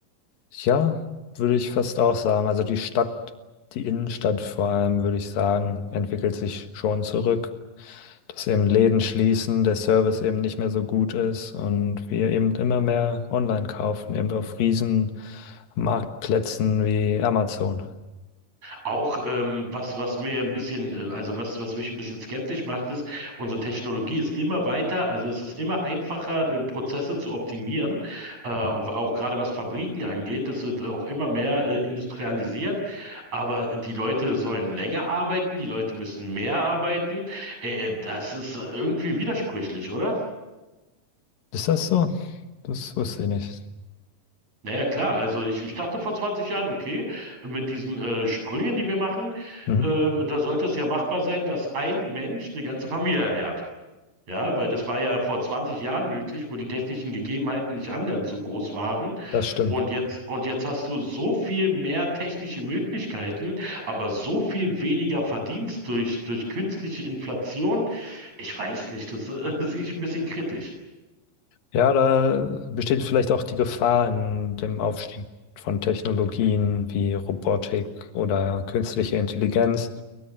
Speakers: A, on the left; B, on the right.
A: Ja, würde ich fast auch sagen. Also die Stadt, die Innenstadt vor allem, würde ich sagen, entwickelt sich schon zurück. Dass eben Läden schließen, der Service eben nicht mehr so gut ist und wir eben immer mehr online kaufen, eben auf riesen Marktplätzen wie Amazon.
B: Auch ähm, was, was mir ein bisschen, äh, also was, was mich ein bisschen skeptisch macht, ist, unsere Technologie ist immer weiter, also es ist immer einfacher, äh, Prozesse zu optimieren, äh, ob-
A: Mhm.
B: auch gerade was Fabriken angeht, das wird auch immer mehr äh, industrialisiert, aber die Leute sollen länger arbeiten, die Leute müssen mehr arbeiten, äh, das ist irgendwie widersprüchlich, oder?
A: Ist das so? Das wusste ich nicht.
B: Naja, klar, also ich, ich dachte vor 20 Jahren, okay, mit diesen äh, Sprüngen, die wir machen,
A: Mhm.
B: ähm, da sollte es ja machbar sein, dass ein Mensch eine ganze Familie ernährt. Ja, weil das war ja vor 20 Jahren möglich, wo die technischen Gegebenheiten nicht annähernd so groß waren.
A: Das stimmt.
B: Und jetzt, und jetzt hast du so viel mehr technische Möglichkeiten, aber so viel weniger Verdienst durch, durch künstliche Inflation. Ich weiß nicht, das äh, <laughs> sehe ich ein bisschen kritisch.
A: Ja, da besteht vielleicht auch die Gefahr in dem Aufstieg von Technologien wie Robotik oder künstliche Intelligenz,